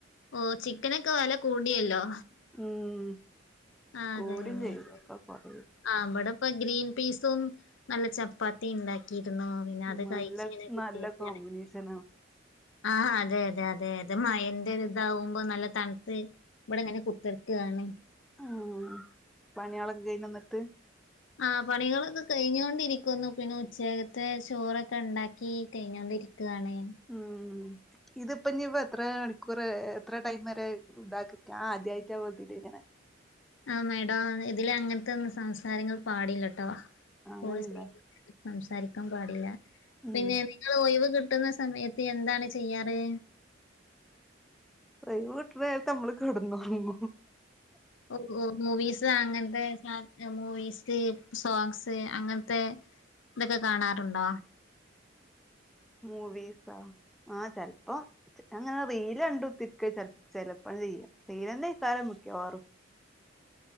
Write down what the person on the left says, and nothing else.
ഓഹ്,, ചിക്കനൊക്കെ വെല കൂടിയല്ലോ?
അതെ
അതെ
അതെ
ആ ഇവടെ ഇപ്പ ഗ്രീൻ പീസും നല്ല ചപ്പാത്തിം ഇണ്ടാക്കിയിരുന്നു പിന്നെ അത്
കഴിച്ച് ഇങ്ങനെ കുത്തിരി
ക്കാണ്
ആഹ് അതെ അതെ അതെ അതെ മയന്റെ ഇതാവുമ്പോ നല്ല തണുത്ത് ഇവിടെ ഇങ്ങനെ <unintelligible>
ആഹ് പണികളൊക്കെ കഴിഞ്ഞോണ്ടിരിക്കുന്നു പിന്നെ ഉച്ചകത്തെ ചോറൊക്കെണ്ടാക്കി കഴിഞ്ഞോണ്ടിരിക്കു <unintelligible>
ആ മേഡം ഇതില് അങ്ങനത്തെന്നും സംസാരങ്ങൾ പാടില്ലട്ടോ <unintelligible>
സംസാരിക്കാൻ പാടില്ല
പിന്നെ ഒയിവ് കിട്ടുന്ന സമയത്ത് എന്താണ് ചെയ്യാറ്?
ഓഓ മൂവീസ് അങ്ങനത്തെ മൂവീസ് സോങ്സ് അങ്ങനത്തെ ഇതൊക്കെ കാണാറുണ്ടോ?